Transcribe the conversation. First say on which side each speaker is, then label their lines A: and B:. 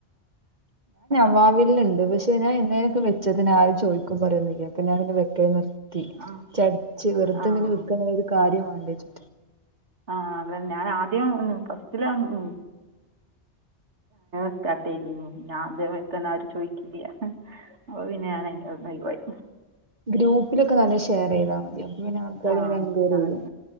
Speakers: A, on the right (about 40°); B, on the right (about 80°).
A: അവിൽന്ണ്ട് പക്ഷെ ഞാൻ എന്നേതിനൊക്കെ വെച്ചക്കണ് ആരും ചോദിക്കും പറയൊന്നുല്ല അപ്പൊ ഞാന വെക്ക ദി
B: ആ
A: ചടച്ച് വെറുതെങ്ങനെ
B: ആ
A: വെക്കുന്നല്ലാതെ ഒരു കാര്യമാണ്ന്റെ ച്ട്ട്
B: ആ അതന്നെ ഞാൻ ആദ്യം ഫസ്റ്റില ഉം സ്റ്റാർട്ട് ഞാൻ ദേ മാതിരി തന്നെ ആരു ചോദിക്കില്ല അപ്പ പിന്നെ ഞാ ഇന്റോട്ന്നൊ ഒഴിവായി
A: ഗ്രൂപ്പിലൊക്കെ നല്ല ഷെയർ ചെയ്താൽ മതി അപ്പ പിന്നെ ആൾക്കാർ
B: ആഹ്
A: ഇങ്ങനെ എൻക്വയർ
B: ചെയ്താൽ
A: ചെയ്യും
B: മതി